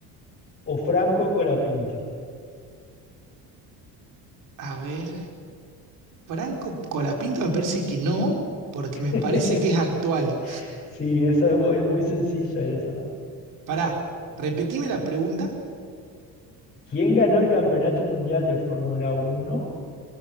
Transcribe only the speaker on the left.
o Franco Colapinto?
<laughs>
Sí, esa es muy, es muy sencilla esa.
¿Quién ganó el Campeonato Mundial de Fórmula Uno?